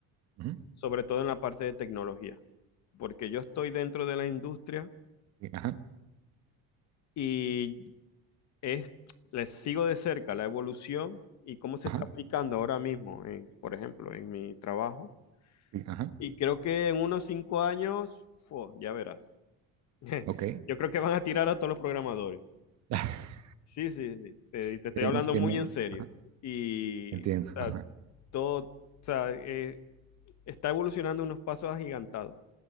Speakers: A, on the right; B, on the left.
A: ujú,
B: sobre todo en la parte de tecnología, porque yo estoy dentro de la industria
A: sí, ajá,
B: y es, les sigo de cerca la evolución y cómo se
A: ajá,
B: está aplicando ahora mismo, en, por ejemplo, en mi trabajo.
A: sí, ajá,
B: Y creo que en unos cinco años, fu, ya verás. <laughs> Yo
A: ok.
B: creo que van a tirar a todos los programadores.
A: <laughs>
B: Sí, sí, sí. Te, te
A: Esperemos
B: estoy hablando
A: que
B: muy
A: no.
B: en serio.
A: Ajá,
B: Y,
A: entiendo.
B: o sea,
A: Ajá,
B: todo, o sea, eh, está evolucionando unos pasos agigantados.